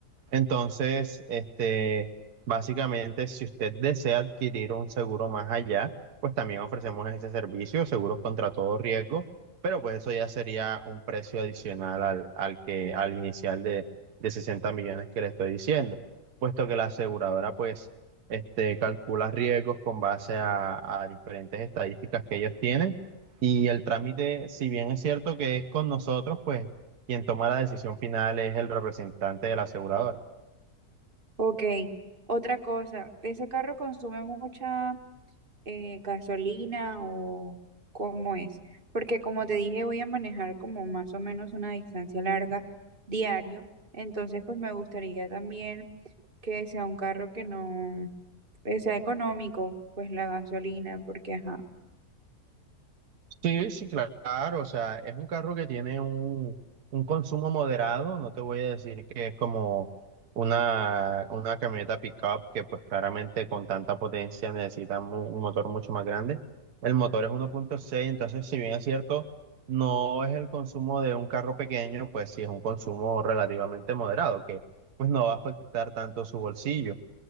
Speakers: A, on the right (about 80°); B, on the right (about 35°).
A: Entonces, este, básicamente, si usted desea adquirir un seguro más allá, pues también ofrecemos ese servicio, seguros contra todo riesgo, pero pues eso ya sería un precio adicional al, al que, al inicial de, de 60 millones que le estoy diciendo, puesto que la aseguradora pues este, calcula riesgos con base a, a diferentes estadísticas que ellos tienen y el trámite, si bien es cierto que es con nosotros, pues quien toma la decisión final es el representante de la aseguradora.
B: Ok, otra cosa, ¿ese carro consume mucha eh, gasolina o cómo es? Porque como te dije, voy a manejar como más o menos una distancia larga diario, entonces pues me gustaría también que sea un carro que no, que sea económico, pues la gasolina, porque ajá.
A: Sí, sí, claro, o sea, es un carro que tiene un, un consumo moderado, no te voy a decir que es como una, una camioneta pickup que pues claramente con tanta potencia necesita mu- un motor mucho más grande. El motor es uno punto seis, entonces si bien es cierto, no es el consumo de un carro pequeño, pues sí es un consumo relativamente moderado, que pues no va a afectar tanto su bolsillo.